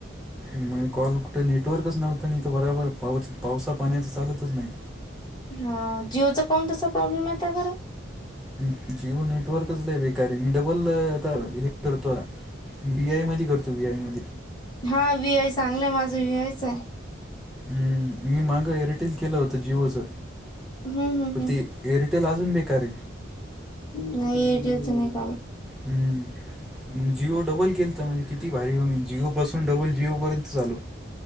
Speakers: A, in the centre; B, on the left.
A: मग कॉल कुठं नेटवर्कच नव्हतं नाही तर बराबर पावच पावसा पाण्याचं चालतच नाही
B: हा जिओचा कोण तसा प्रॉब्लेम आहे त्या बर
A: ् जिओ नेटवर्कच ला बेकारे मी डबल हे करतोला बीआय मध करतो बीआय म
B: हा व आय चांगलंय माझं व आयच आहे
A: हम्म मी मागं एअरटेल केलं होतं जिओच
B: हम्म हम्म
A: प
B: हम्म
A: ते एअरटेल अजून बेकार
B: नाही येटचं नाही काम
A: हम्म मग जिओ डबल केल तर म्हणजे किती भारीभूमी जिओपसून डबल जिओपर्यंत चालू